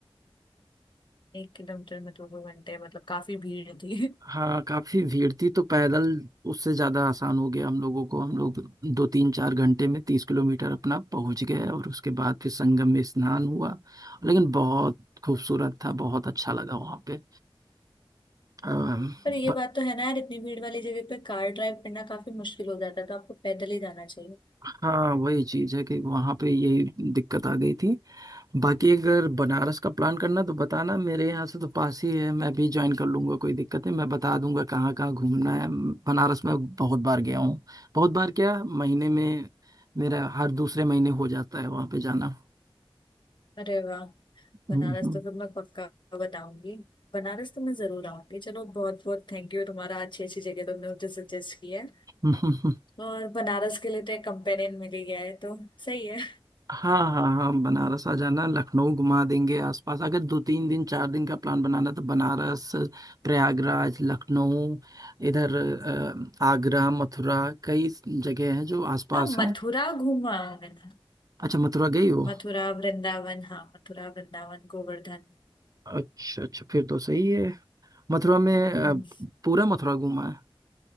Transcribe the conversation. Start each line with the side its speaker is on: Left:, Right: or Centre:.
Left: एक किलोमीटर में तो दो घंटे मतलब काफी भीड़ थी
Right: हाँ काफी भीड़ थी तो पैदल उससे ज्यादा आसान हो गया हम लोगों को हम लोग दो तीन चार घंटे में तीस किलोमीटर अपना पहुंच गए और उसके बाद फिर संगम में स्नान हुआ लेकिन बहुत खूबसूरत था बहुत अच्छा लगा वहां पे अम,
Left: पर ये
Right: ब-
Left: बात तो है ना यार इतनी भीड़ वाली जगह पे कार ड्राइव करना काफी मुश्किल हो जाता है तो आपको पैदल ही जाना चाहिए
Right: हाँ वही चीज है कि वहां पे यही दिक्कत आ गई थी बाकी अगर बनारस का प्लान करना तो बताना मेरे यहाँ से तो पास ही है मैं भी ज्वाइन कर लूंगा कोई दिक्कत नहीं मैं बता दूंगा कहाँ कहाँ घूमना है बनारस में बहुत बार गया हूँ बहुत बार क्या महीने में मेरा हर दूसरे महीने हो जाता है वहाँ पे जाना <laughs>
Left: अरे वाह बनारस
Right: हम्म, हम्म,
Left: तो फिर मैं पक्का बताऊंगी बनारस तो मैं जरूर आऊंगी चलो बहुत बहुत थैंक यू तुम्हारा अच्छी अच्छी जगह तुमने मुझे सजेस्ट की है
Right: हम्म, हम्म।
Left: और बनारस के लिए तो एक कंपेनियन मिल ही गया है तो सही है
Right: हाँ हाँ हाँ बनारस आ जाना लखनऊ घुमा देंगे आसपास अगर दो तीन दिन चार दिन का प्लान बनाना तो बनारस प्रयागराज लखनऊ इधर अ, आगरा मथुरा कई जगह हैं जो आसपास
Left: हाँ
Right: हैं
Left: मथुरा घूमा हूं मैंने
Right: अच्छा मथुरा गई हो
Left: मथुरा वृंदावन हाँ मथुरा वृंदावन गोवर्धन
Right: अच्छा अच्छा फिर तो सही है मथुरा में अ,
Left: हम्म,
Right: पूरा मथुरा घूमा है